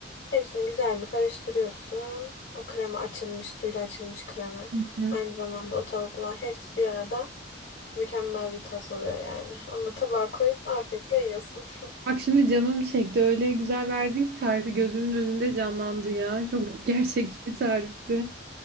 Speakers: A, on the left (about 50°); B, on the right (about 50°).
A: Hepsini güzel bir karıştırıyorsun. O krema açılmış, suyla açılmış krema.
B: Hı hı.
A: Aynı zamanda o tavuklar hepsi bir arada mükemmel bir tas oluyor yani. Onu da tabağa koyup afiyetle yiyorsun. <laughs>
B: Bak şimdi canım çekti. Öyle güzel verdin ki tarifi gözümün önünde canlandı ya. Çok <laughs> gerçekçi bir tarifti.